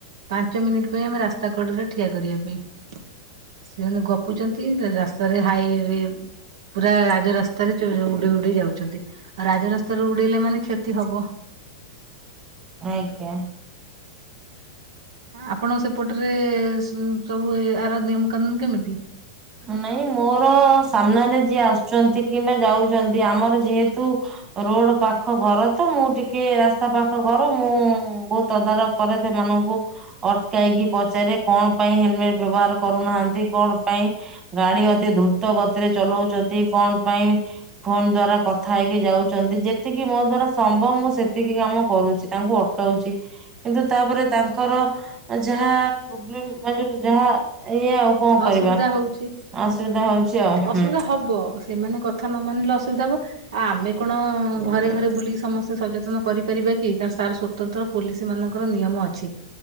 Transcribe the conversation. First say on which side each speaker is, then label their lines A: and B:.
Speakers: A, on the right; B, on the right.
A: ପାଞ୍ଚ ମିନିଟ୍ ପାଇଁ ଆମେ ରାସ୍ତା କଡରେ ଠିଆ କରିବା ପାଇଁ। ସେମାନେ ଗପୁଛନ୍ତି ରାସ୍ତାରେ ହାଇ ପୁରା ରାଜରାସ୍ତାରେ ଉଡେଇ ଉଡେଇ ଯାଉଛନ୍ତି ଆଉ ରାଜରାସ୍ତାରେ ଉଡେଇଲେ ମାନେ କ୍ଷତି ହବ।
B: ଆଜ୍ଞା।
A: ଆପଣ ସେପଟରେ ସବୁ ଆର ନିୟମ କାନୁନ୍ କେମିତି?
B: ନାଇଁ ମୋର ସାମ୍ନାରେ ଯିଏ ଆସୁଛନ୍ତି କିମ୍ବା ଯାଉଛନ୍ତି ଆମର ଯେହେତୁ ରୋଡ ପାଖ ଘର ତ ମୁଁ ଟିକେ ରାସ୍ତା ପାଖ ଘର ମୁଁ ବୋହୁତ ତଦାରଖ କରେ ସେମାନଙ୍କୁ ଅଟକାଇକି ପଚାରେ। କଣ ପାଇଁ ହେଲମେଟ୍ ବ୍ୟବହାର କରୁନାହାନ୍ତି କଣ ପାଇଁ। ଗାଡି ଅତି ଦ୍ରୁତ ଗତିରେ ଚଲାଉଛନ୍ତି କଣ ପାଇଁ। ଫୋନ ଦ୍ଵାରା କଥା ହେଇକି ଯାଉଛନ୍ତି ଯେତିକି ମୋ ଦ୍ଵାରା ସମ୍ଭବ ମୁଁ ସେତିକି କାମ କରୁଛି। ତାଙ୍କୁ ଅଟକାଉଛି। କିନ୍ତୁ ତାପରେ ତାଙ୍କର ଯାହା ପ୍ରୋବ୍ଲେମେ ଯଉ ଯାହା ଇ କଅଁ କରିବା
A: ଅସୁବିଧା ହଉଛି
B: ଅସୁବିଧା ହଉଛି ଆଉ
A: ଅସୁବିଧା
B: ହୁଁ
A: ହବ ସେମାନେ କଥା ନ ମାନିଲେ ଅସୁବିଧା ହବ ଆ ଆମେ କଣ ଘରେ ଘରେ ବୁଲିକି ସମସ୍ତେ ସଚେତନ କରିପାରିବା କି ତାର ସ୍ଵନ୍ତ ତ୍ର ପୋଲିସ ମାନଙ୍କର ନିୟମ ଅଛି।